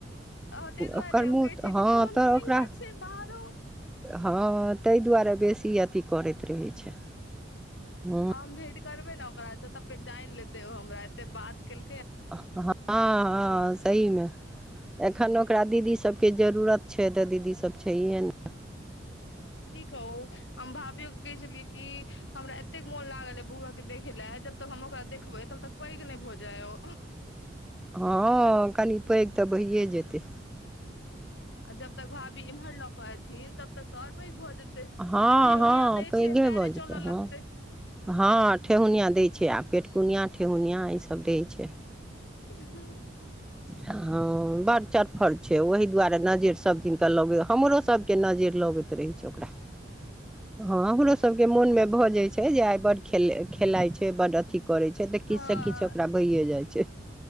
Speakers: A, on the left; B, in the centre.
A: अ ताहि दुआरे
B: ओकर
A: ओ
B: मूँह
A: कहै छै कि
B: हँ
A: फोनो
B: तऽ
A: मे
B: ओकरा।
A: इएह छै बाहरो
B: हँ तेै दुआरे बेसी अथी करैते रहेै छेै म
A: हम भेंट करबेै ने ओकरा सँ तब पहँचैन लेतेै ओ हमरा एते बात केल
B: हँ, हँ सही मे एखन ओकरा दीदी सबके जरूरत। छेै तऽ दीदी सब छेैहे नै।
A: <unintelligible> की कहू हम भाभियो के कहेै छेलियेै कि हमरा एतेक मोन लागल बौआ के देखेै लए जब तब हम ओकरा देखबेै तब तक पैघ ने भऽ जाय ओ-
B: हँ कनी पेैघ तऽ भइए जेतेै।
A: आ जब तक भाभी इम्हर लऽ के एयथिन तब। तब तऽ और पैघ भऽ जेतेै
B: हँ
A: ठेउनिया
B: हँ
A: दैय
B: पैघे
A: छेै पैरे
B: भऽ जेतै
A: चलऽ
B: हँ
A: लगतै।
B: हँ ठेहुनिया दै छै आ पेटकुनिया ठेहुनिया ई सब दै छै।
A: <unintelligible>
B: हँ बड चरफर छै ओहि दुआरे नजेैर सब दिन के लागेै हमरो सब के नजैर लगेै। तरहै छै ओकरा।
A: <unintelligible>
B: हँ हमरो सब के मोन मे भऽ जाय छै जे आइ बड- खेले- खेलाइ छै बड अथी करै छै तऽ किछ
A: हँ
B: सँ किछ ओकरा भइए जाय छै।